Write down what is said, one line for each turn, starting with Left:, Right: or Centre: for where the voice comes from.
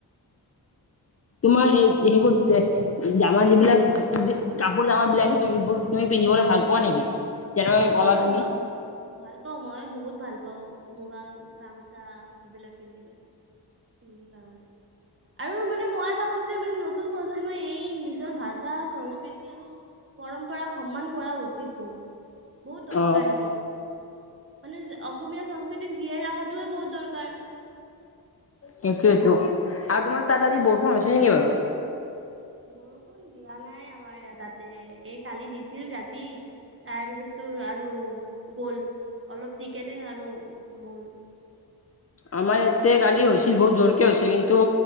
Left: তোমাৰ সেই সেইবোৰ জামাৰ যিবিলাক কাপোৰ জামাৰ বিলাক এইবোৰ তুমি পিন্ধিবলৈ ভাল পোৱা নেকি? যেনেকুৱাকে
Right: অ
Left: ক'লা
Right: ভাল
Left: তুমি
Right: পাও ভাল পাও মই বহুত ভাল পাওঁ। মুগা গামচা এইবিলাক পিন্ধিব পিন্ধি কাৰণে। আৰু মানে মই ভাবো যে মানে নতুন প্ৰজন্মই এই নিজৰ ভাষা সংস্কৃতি আৰু পৰম্পৰাক সন্মান কৰা উচিত বহুত বহুত দৰকাৰ
Left: অ'
Right: সেইটো মানে অসমীয়া সংস্কৃতিক জীয়াই ৰখাতোৱে বহুত দৰকাৰ।
Left: সেইটোয়েতো আৰু তোমাৰ তাত আজি বৰষুণ হৈছিল নেকি বাৰু।
Right: বৰষুণ দিয়া নাই আমাৰ তাতে এই কালি দিছিল ৰাতি তাৰপিছত তোৰ আৰু গ'ল অলপ দি কেনে আৰু নহ'ল।
Left: আমাৰ ইয়াতে কালি হৈছিল বহুত জোৰকে হৈছিল কিন্তু